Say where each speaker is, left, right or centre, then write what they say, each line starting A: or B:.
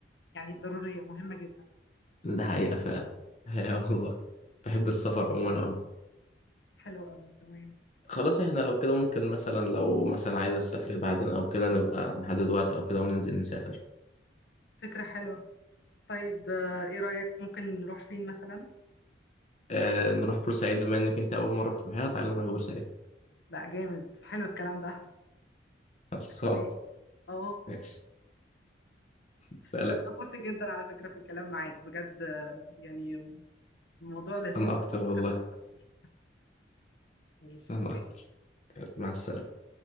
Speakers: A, on the left (about 65°); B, on the left (about 35°).
A: يعني ضرورية مهمة جدا
B: ده حقيقة فعلا هي والله بحب السفر عموما أوي
A: حلوة قوي تمام
B: خلاص احنا لو كده ممكن مثلا لو مثلا عايز أسافر بعدين أو كده نبقى نحدد وقت أو كده وننزل نسافر
A: فكرة حلوة طيب آه، ايه رأيك ممكن نروح فين مثلا
B: آه نروح بورسعيد بما إنك أنت أول مرة تروحيها تعالى نروح بورسعيد
A: لا جامد حلو الكلام ده
B: خلصان
A: ماشي اه
B: ماشي سلام
A: انا اتبسطت جدا على فكرة في الكلام معاك بجد آه، يعني موضوع لذيذ
B: أنا
A: موضوع
B: أكتر والله
A: فكرة السفر ماشي
B: أنا
A: اوكي
B: أكتر مع السلامة